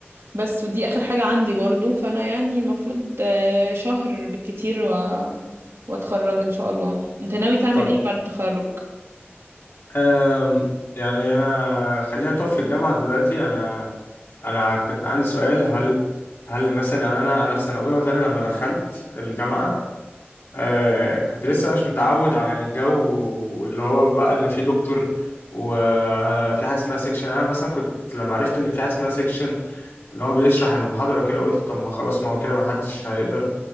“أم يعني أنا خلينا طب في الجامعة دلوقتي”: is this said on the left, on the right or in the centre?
Left